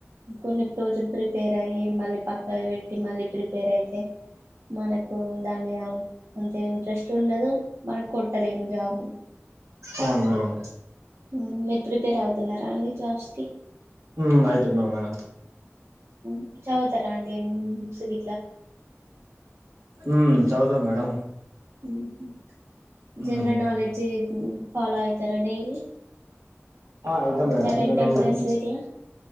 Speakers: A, on the right; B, on the right.
A: కొన్ని పోర్షన్ ప్రిపేర్ అయ్యి మళ్ళీ పక్క పెట్టి మళ్ళీ ప్రిపేర్ అయితే మనకు దాని మీద అంతే ఇంట్రెస్ట్ ఉండదు మనం కొట్టలేము జాబ్ ని
B: అవును మేడం
A: ఊమ్ మీరు ప్రిపేర్ అవుతున్నారా అండి జాబ్స్ కి
B: ఉమ్ అయితున్నాం మేడం
A: మీరు చదవతరాండి బుక్స్ ని
B: ఊ చదువు తాము మేడం
A: ఊహు
B: ఉమ్
A: జనరల్ నాలెడ్జ్ ఇ ఫాలో అయితరా డైలీ
B: ఆ ఐతం madam
A: current
B: general
A: affairs
B: knowledge books
A: ఇట్లా